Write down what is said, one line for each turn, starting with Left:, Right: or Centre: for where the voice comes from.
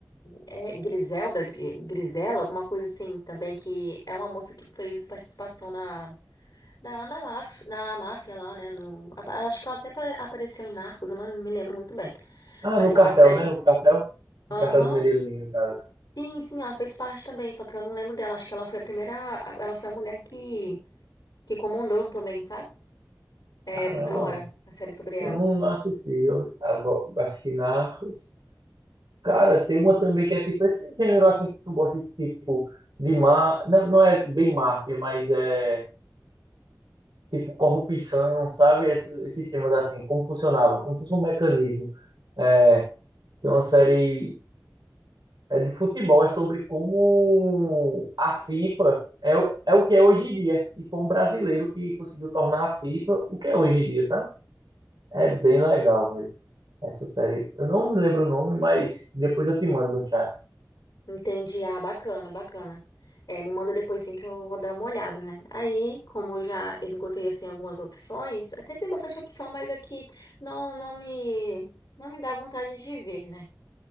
Left: é, Griselda, Gri- Grisela, alguma coisa assim também, que é uma moça que fez participação na, na, na, máfia, na máfia lá, né? No, a- acho que ela até apare- apareceu em Narcos, eu não me lembro muito bem.
Right: Ah,
Left: Mas
Right: no
Left: tem
Right: cartel,
Left: uma série.
Right: né? No cartel.
Left: Aham.
Right: No cartel do Medellín, no caso.
Left: Sim, sim, ela fez parte também, só que eu não lembro dela. Acho que ela foi a primeira. Ela foi a mulher que, que comandou também, sabe? É
Right: Caramba,
Left: bem da hora a série sobre ela.
Right: eu não, não assisti. Eu agora- assisti Narcos. Cara, tem uma também que é tipo esse gênero assim que tu gosta, tipo, de má. Não, não é bem máfia, mas é tipo corrupção, sabe? Esses, esses temas assim, como funcionava, como funciona o mecanismo. É, tem uma série. é de futebol, é sobre como a FIFA é, o- é o que é hoje em dia. E foi um brasileiro que conseguiu tornar a FIFA o que é hoje em dia, sabe? É bem legal, velho, essa série. Eu não me lembro o nome, mas depois eu te mando no chat.
Left: Entendi. Ah, bacana, bacana. É, me manda depois sim que eu vou dar uma olhada, né? Aí, como eu já esgotei assim algumas opções, até que tem bastante opção, mas aqui não não me não me dá vontade de ver, né?